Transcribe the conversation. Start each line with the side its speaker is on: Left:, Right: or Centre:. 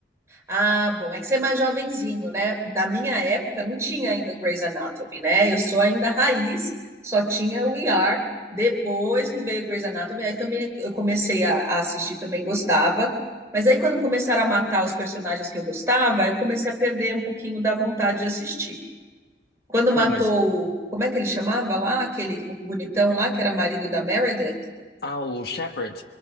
Right: Ah, bom, é que você é mais jovenzinho, né? Na minha época não tinha ainda Grey's Anatomy, né? Eu sou ainda raiz, só tinha o ER. Depois que veio Grey's Anatomy, aí também eu comecei a, a assistir, também gostava. Mas aí quando começaram a matar os personagens que eu gostava, aí eu comecei a perder um pouquinho da vontade de assistir. Quando matou,
Left: Não, mas.
Right: o- como é que ele chamava lá? Aquele o bonitão lá que era marido da Meredith?
Left: Ah, o Shepard,